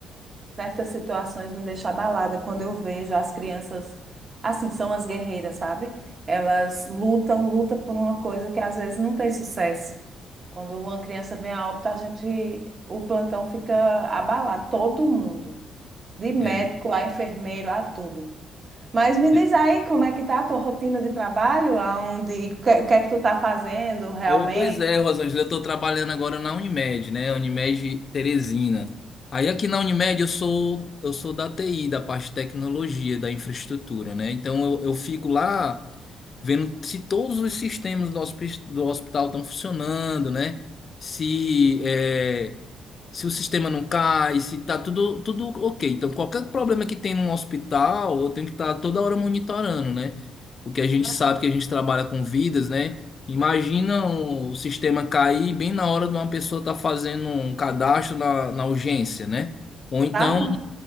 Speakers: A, on the right; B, on the left.
A: certas situações me deixam abalada quando eu vejo as crianças, assim, são as guerreiras, sabe? Elas lutam, lutam por uma coisa que às vezes não tem sucesso. Quando uma criança vem a óbito, a gente, o plantão fica abalado, todo mundo, de médico
B: É,
A: a enfermeiro, a tudo. Mas me
B: é.
A: diz aí como é que tá a tua rotina de trabalho, aonde, o que, o que é que tu tá fazendo realmente?
B: Oh, pois é, Rosângela, eu estou trabalhando agora na Unimed, né? Unimed Teresina. Aí aqui na Unimed eu sou eu sou da TI, da parte de tecnologia, da infraestrutura, né? Então eu, eu fico lá vendo se todos os sistemas do, hospi- do hospital estão funcionando, né? Se é, se o sistema não cai, se tá tudo, tudo ok. Então, qualquer problema que tem num hospital, eu tenho que estar toda hora monitorando, né? Porque a gente
A: Ah,
B: sabe que a gente trabalha com vidas, né? Imagina o sistema cair bem na hora de uma pessoa estar fazendo um cadastro na, na urgência, né? Ou então
A: Tá, acon-